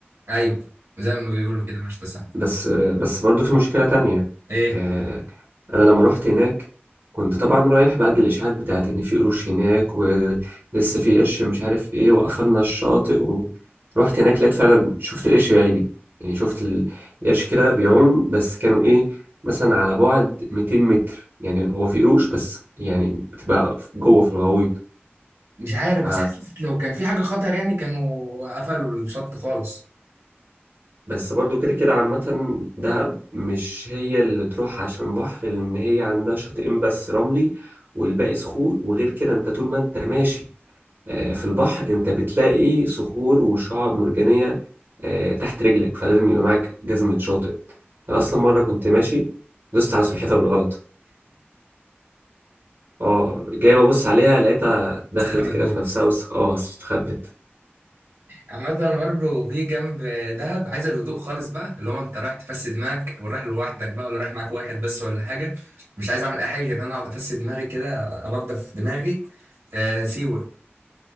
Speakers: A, on the right (about 85°); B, on the right (about 60°).
A: ايوه زي ما بيقولوا كده مش تسامح
B: بس بس برضو في مشكلة تانية
A: ايه
B: آه، أنا لما رحت هناك كنت طبعا رايح بعد الإشاعات بتاعت إن في قروش هناك ولسه في قرش مش عارف إيه وقفلنا الشاطئ ورحت هناك لقيت فعلا شفت القرش بعيني يعني شفت ال- القرش كده بيعوم بس كانوا إيه مثلا على بعد 200 متر يعني هو في قروش بس يعني بتبقى جوه في الغويط
A: مش عارف
B: ف
A: بس حاسس لو كان في حاجه خطر يعني كانوا قفلوا الشط خالص
B: بس برضو كده كده عامة دهب مش هي اللي تروح عشان بحر لأن هي عندها شاطئين بس رملي والباقي صخور وغير كده أنت طول ما أنت ماشي آه، في البحر أنت بتلاقي صخور وشعاب مرجانية آه، تحت رجلك فلازم يبقى معاك جزمة شاطئ أنا أصلا مرة كنت ماشي دوست على سلحفاة بالغلط اه جاي ببص عليها لقيتها دخلت
A: استخبت
B: كده
A: جوه
B: في نفسها بس اه استخبت
A: عامة برضه في جنب دهب عايز الهدوء خالص بقى اللي هو انت رايح تفسد دماغك او رايح لوحدك بقى ولا رايح معاك واحد بس ولا حاجة مش عايز اعمل اي حاجة غير ان انا اقعد افسد دماغي كده انضف دماغي آه سيوة